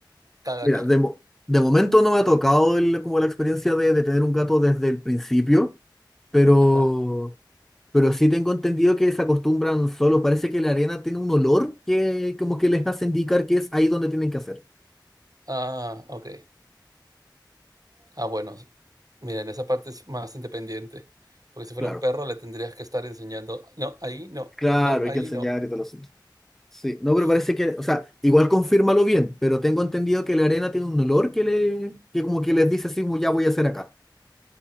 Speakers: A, on the right; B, in the centre.
A: caga
B: Mira,
A: aquí?
B: de, mo- de momento no me ha tocado el- como la experiencia de, de tener un gato desde el principio, pero,
A: Ajá.
B: pero sí tengo entendido que se acostumbran solos. Parece que la arena tiene un olor que como que les hace indicar que es ahí donde tienen que hacer.
A: Ah, ok. Ah, bueno. Miren, esa parte es más independiente. Porque si fuera
B: Claro,
A: un perro, le tendrías que estar enseñando, no, ahí no,
B: claro,
A: no,
B: hay
A: ahí
B: que enseñar
A: no.
B: y todo el asunto. Sí, no,
A: Uf,
B: pero parece que, o sea, igual confírmalo bien, pero tengo entendido que la arena tiene un olor que le, que como que les dice así, "Mu- ya voy a hacer acá.